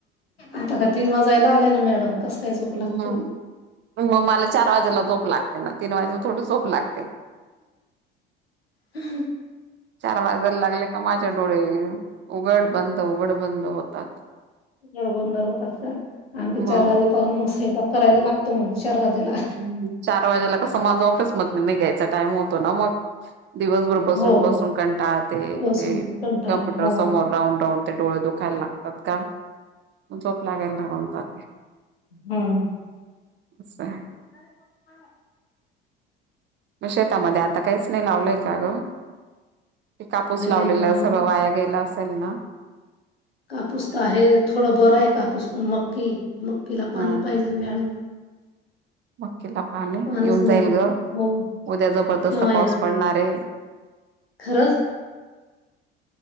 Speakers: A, on the left; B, on the right.
A: आता काय तीन वाजायला आलेय ना मॅडम. कसं काय झोप लागते
B: हम्म म मला चार वाजायला झोप लागते ना तीन वाजायला थोडीच झोप लागते.
A: ह.
B: चार वाजायला लागले का माझे डोळे उघड बंद उघड बंद होतात.
A: उगडबंद होतात का आम्ही तर
B: मग
A: चार वाजायता म स्वयपाक करायला लागतो मग चार वाजेला.
B: हम्म चार वाजायला कसं माझं ऑफिस मधनं निघायचा टाइम होतो ना मग. दिवसभर बसून
A: हो
B: बसून कंटाळते
A: बसून
B: ते
A: कंटाळा
B: कम्प्युटर
A: हो
B: समोर. राऊन राऊन ते डोळे दुखायला लागतात का झोप लागायला लागून जाते.
A: हम्म.
B: असं आहे.
A: <inaudible>
B: म शेतामध्ये आता काहीच नाही लावलय का गं ते कापूस लावलेलं
A: आहे ना मॅडम
B: सगळं वाया गेला असेल ना?
A: कापूस तर आहे थोडं बरं आहे, कापूस पण मक्की मक्कीला
B: हम्म
A: पाणी पाहिजेल मॅडम.
B: मकीला पाणी
A: पाणीच
B: येऊन जाईल
A: नाही
B: गं
A: हो
B: उद्या जबरदस्त
A: केव्हा
B: पाऊस
A: येणार
B: पडणारय.
A: खरंच